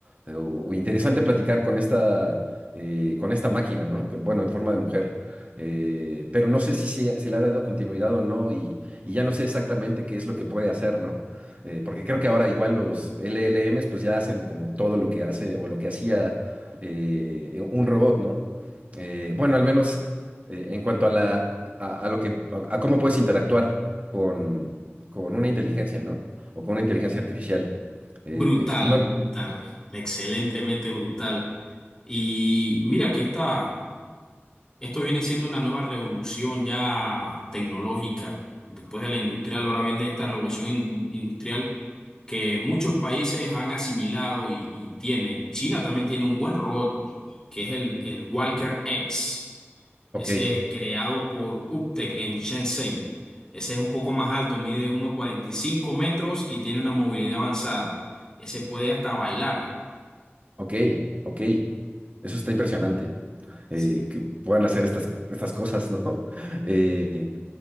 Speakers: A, on the right; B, on the left.
A: eh, o- o interesante platicar con esta, eh, con esta máquina, ¿no? Que, bueno, en forma de mujer. eh, pero no sé si se, se le ha dado continuidad o no y, y ya no sé exactamente qué es lo que puede hacer, ¿no? Eh, porque creo que ahora igual los LLMs pues ya hacen como todo lo que hace o lo que hacía eh, un robot, ¿no? Eh, bueno, al menos eh, en cuanto a la a, a lo que a, a cómo puedes interactuar con, con una inteligencia, ¿no? O con una inteligencia artificial. Eh,
B: Brutal,
A: no,
B: brutal, excelentemente brutal. Y mira que esta, Esto viene siendo una nueva revolución ya tecnológica. Después de la industrial, ahora viene esta revolución in- industrial que muchos países han asimilado y, y tienen. China también tiene un buen robot, que es el, el Walker X.
A: ok,
B: Ese es creado por Uptech en Shenzhen. Ese es un poco más alto, mide uno cuarenta y cinco metros y tiene una movilidad avanzada. Ese puede hasta bailar.
A: ok, ok. Eso está impresionante.
B: Sí,
A: eh, que puedan hacer estas, estas cosas, ¿no? <laughs> Eh,